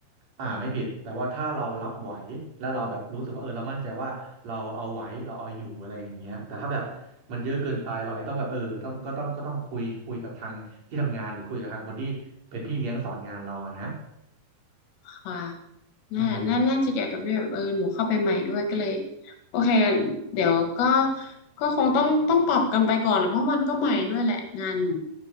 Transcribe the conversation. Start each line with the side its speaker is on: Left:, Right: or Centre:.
Right: อ่าไม่ผิดแต่ว่าถ้าเรารับไหวแล้วเราแบบรู้สึกว่าเออเรามั่นใจว่าเราเอาไหวเราเอาอยู่อะไรอย่างเงี้ยแต่ถ้าแบบมันเยอะเกินไปเราอาจจะต้องแบบเออต้องก็ต้องก็ต้องคุยคุยกับทางที่ทำงานหรือคุยกับทางคนที่เป็นพี่เลี้ยงสอนงานเราอะนะ
Left: ค่ะ
Right: อืม
Left: น่าน่าน่าจะเกี่ยวกับเรื่องแบบเออ หนูเข้าไปใหม่ด้วยก็เลย โอเคเดี๋ยวก็ก็คงต้องต้องปรับกันไปก่อนแหละเพราะมันก็ใหม่ด้วยแหละงานหนู